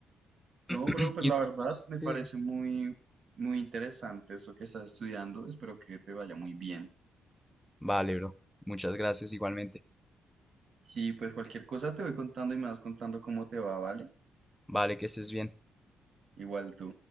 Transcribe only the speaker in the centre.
<clears throat>
<laughs> Y,
sí.
Vale, bro. Muchas gracias igualmente.
Vale, que estés bien.